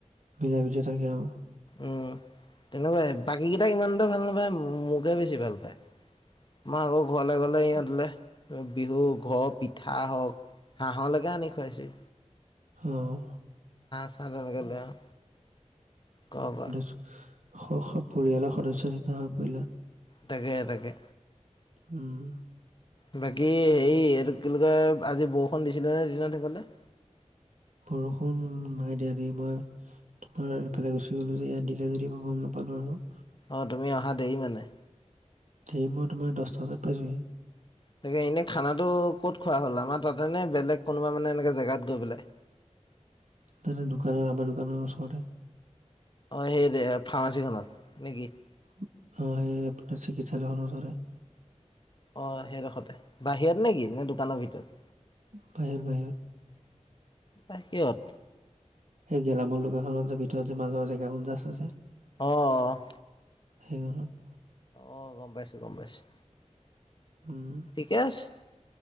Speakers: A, on the right (about 80°); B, on the left (about 40°).
A: মিলা-প্ৰীতিৰে থাকে আৰু।
B: উম, তেনেকুৱাই বাকী কেইটাক ইমানতখ ভাল নাপায়, মোকে বেছি ভাল পায়। মই আকৌ ঘৰলে গ'লে ইহঁতলে বিহু, ঘৰ পিঠা হওঁক- হাঁহলেকে আনি খুৱাইছে।
A: অঁ,
B: চাহ তেনেকে লৈ আহো ঘৰৰ পৰা
A: <unintelligible> স- স, পৰিয়ালৰ সদস্য নিচনা হৈ পৰিলা।
B: তাকে -তাকে।
A: উম।
B: বাকী হেৰি, এইটো কি বুলি কয়? আজি বৰষুণ দিছিলে নে দিনত সেইফালে?
A: বৰষুণ নাই দিয়া দেই। মই- তোমাৰ এফালে গুচি গ'লো যে, ইয়াত দিলে যদি মই গম নাপালোঁ আৰু।
B: অঁ, তুমি অহা দেৰি মানে।
A: হেৰি মই তোমাৰ দহটা বজাত পাইছোঁহি।
B: তাকে এনেই খানাটো ক'ত খোৱা হ'ল, আমাৰ তাতে নে বেলেগ কোনোবা মানে এনেকে জেগাত গৈ পেলাই?
A: তাতে দোকানৰ, আমাৰ দোকানৰ ওচৰতে।
B: অঁ, সেই যে ফাৰ্মাচী খনত নেকি?
A: অঁ, সেই চিকিৎসালয় খনৰ ওচৰতে।
B: অঁ, সেইদখতে। বাহিৰত নে কি, নে দোকানৰ ভিতৰত?
A: বাহিৰত বাহিৰত
B: বাহিৰত।
A: সেই গেলামাল দোকানখনৰ যে ভিতৰতে মাজৰ জেগাকণ যে আছে যে।
B: অঁ।
A: <unintelligible>
B: অঁ, গম পাইছোঁ, গম পাইছোঁ।
A: উম
B: ঠিকে আছে,